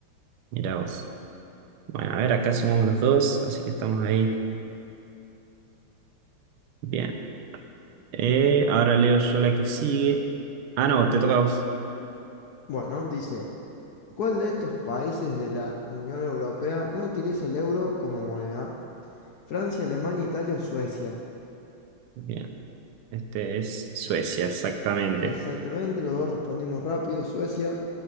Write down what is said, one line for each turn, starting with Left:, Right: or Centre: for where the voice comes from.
Right: Mirá vos. Bueno, a ver, acá sumamos los dos, así que estamos ahí. Bien. Eh, ahora leo yo la que sigue. Ah, no, te toca a vos.
Left: Bueno, dice, ¿cuál de estos países de la Unión Europea no utiliza el euro como moneda? Francia, Alemania, Italia o Suecia.
Right: Bien. Este es Suecia, exactamente.
Left: Exactamente, los dos respondimos rápido, Suecia.